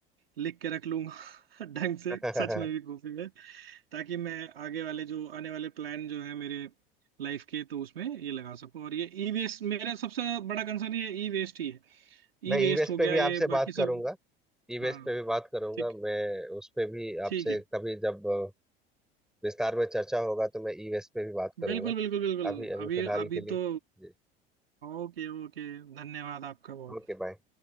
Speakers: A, on the right (about 75°); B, in the centre.
A: लिख के रख लूंगा <laughs> ढंग से
B: <laughs>
A: सच में भी कॉपी में ताकि मैं आगे वाले जो आने वाले प्लान जो है मेरे लाइफ के तो उसमें ये लगा सकूं और ये ई वेस्ट मेरा सबसे बड़ा कंसर्न ये ई वेस्ट ही है
B: मैं
A: ई
B: ई
A: वेस्ट
B: वेस्ट
A: हो
B: पे
A: गया
B: भी
A: ये
B: आपसे
A: बाकी
B: बात
A: सब
B: करूंगा ई वेस्ट
A: हाँ
B: पे भी बात करूंगा
A: ठीक
B: मैं उस पे भी
A: ठीक
B: आपसे
A: है
B: कभी जब अ, विस्तार में चर्चा होगा तो मैं ई वेस्ट पे भी बात करूंगा
A: बिल्कुल बिल्कुल बिल्कुल
B: अभी अभी
A: अभी
B: फिलहाल
A: अभी
B: के लिए
A: तो
B: जी
A: Okay okay धन्यवाद आपका बहुत
B: ओके बाय